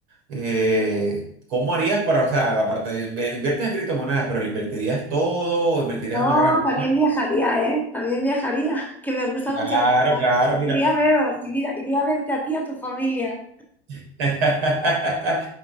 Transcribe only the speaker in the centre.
No,
también viajaría, ¿eh? También viajaría, <laughs> que me gusta
mucho viajar.
Iría a veros, iría, iría a verte a ti y a tu familia.